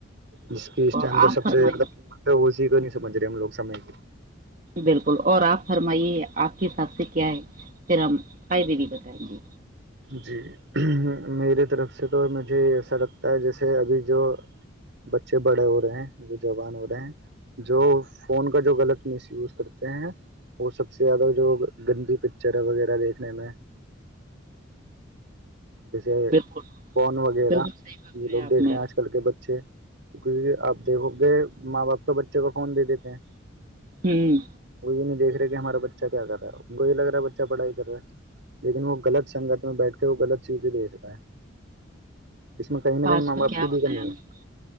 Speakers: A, on the right; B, on the right.
A: جس کی اسٹم
B: اور
A: پہ
B: آپ
A: سب
B: فرمائیے
A: سے زیادہ ہےی کو مندر ہموگ سام گے
B: بالکل اور آپ فرمائیے آپ کے حساب سے کیا ہے تیرا ہم قدی بتائیں گے
A: جی میری طرف سے تو مجھے ایسا لگتا ہے جیسے ابھی جو بچے بڑے ہو رہے ہیں جو جوان ہو رہے ہیں جو فون کا جو غلط مس یوز کرتے ہیں وہ سب سے زیادہ جو گندی پکچر ہے وغیرہ دیکھنے میں جیسے
B: بالکل
A: فون وغیرہ
B: بالکل صحیح فرمایا
A: یہ لوگ
B: آپ
A: دیکھ
B: نے
A: رہے ہیں آج کل کے بچے کیک آپ دیکھو گے ماں باپ تو بچے کو فون دے دیتے ہیں
B: ہوں
A: وہئی نہیں دیکھا کہ ہمارا بچہ کیا کر رہا ہے کو یہ لگ رہا ہے بچہ پڑھائی کر رہا لیکن وہ غط سے سنگت میں بیٹھ کے وہ غلط چیزیں دے ستا ہے اس میں کہیں نہ کہیں
B: آج
A: ماں
B: کا
A: باپ
B: کیا
A: کی بھی
B: بتایا
A: کمی
B: آپ
A: ہے
B: نے؟